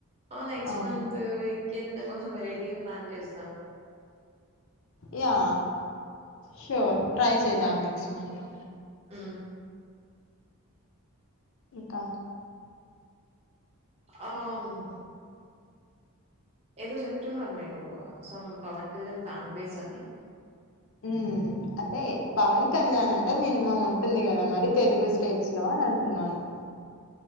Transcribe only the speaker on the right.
ఆ నెక్స్ట్
మంత్ ఇంకేద కొంచెం వెరైటీగా ప్లాన్ చేస్తు ఆ
ఆ
అవును ఏదో చెప్తున్నారు మీరు some Pawan Kalyan fan base అని